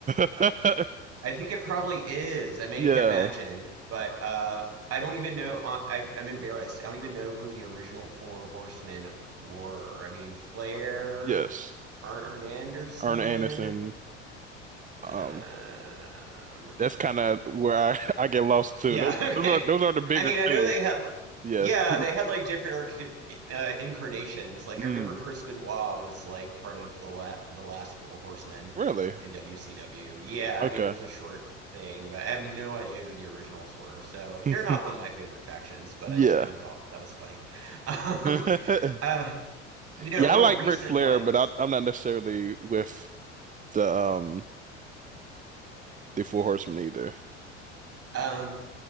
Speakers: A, on the right; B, on the right.
A: <laughs>
B: think it probably is. I mean,
A: Yeah,
B: I can't imagine, but uh, I don't even know. I, I- I'm embarrassed. I don't even know who the original Four Horsemen were. I mean, Flair,
A: yes.
B: Arn Anderson.
A: Arne Anderson. Um,
B: Um,
A: that's kind of where I, <laughs> I get lost too.
B: yeah,
A: Those,
B: <laughs> okay.
A: those are those are the bigger
B: I mean, I know
A: two.
B: they had,
A: Yes.
B: yeah,
A: <laughs>
B: they had like different arc uh, incarnations. Like
A: Mm,
B: I remember Chris Benoit was like part of the la the last Four Horsemen
A: really?
B: in WCW. Yeah, I
A: Okay.
B: mean it was a short thing, but I have no idea who the originals were. So
A: <laughs>
B: they're not one of my favorite factions, but
A: Yeah.
B: I just kind of thought that was funny. <laughs> Um,
A: <laughs>
B: uh, you know,
A: Yeah,
B: more
A: I like
B: recent
A: Ric Flair,
B: ones.
A: but I, I'm not necessarily with the um the Four Horsemen either.
B: Um,